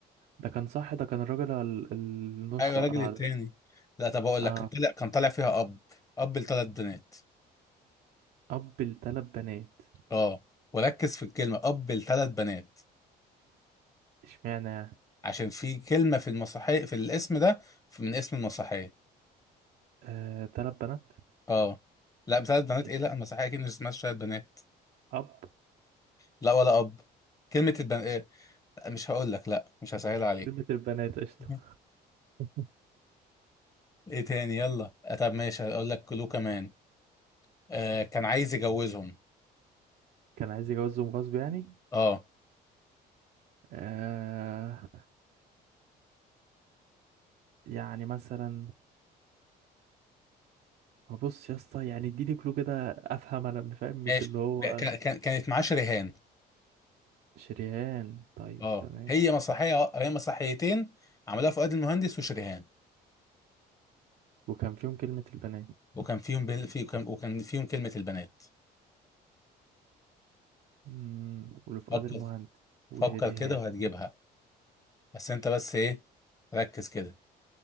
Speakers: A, on the right; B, on the left.
A: ده كان صح ده كان الراجل ال- النص
B: ايوه الراجل
A: أقرع
B: التاني
A: ده
B: لا طب اقول
A: آه
B: لك كان طالع كان طالع فيها اب اب لثلاث بنات
A: أب لتلات بنات
B: اه وركز في الكلمه اب لثلاث بنات
A: اشمعنى يعني
B: عشان في كلمه في المسرحيه في الاسم ده في- من اسم المسرحيه
A: آه تلات بنات
B: اه لا ثلاث بنات
A: اسم
B: ايه لا المسرحيه اكيد مش اسمها ثلاث بنات
A: أب
B: لا ولا اب كلمه البن ايه لا، مش هقول لك لا مش هسهل عليك
A: كلمة البنات قشطة
B: <laughs>
A: <laughs>
B: ايه تاني يلا آه، طب ماشي هقول لك كلو كمان آه كان عايز يجوزهم
A: كان عايز يجوزهم غصب يعني
B: اه
A: آه يعني مثلا بص يا اسطى يعني اديني كلو كده افهم انا فاهم مش
B: ماشي
A: اللي هو
B: كان كان- كانت معاه شريهان
A: شريان طيب
B: اه
A: تمام
B: هي مسرحيه هي مسرحيتين عملها فؤاد المهندس وشريهان
A: وكان فيهم كلمة البنات
B: وكان فيهم بل... في... وكان... وكان فيهم كلمه البنات
A: امم واللي فؤاد
B: فكر
A: المهندس وشريهان
B: فكر كده وهتجيبها بس انت بس ايه ركز كده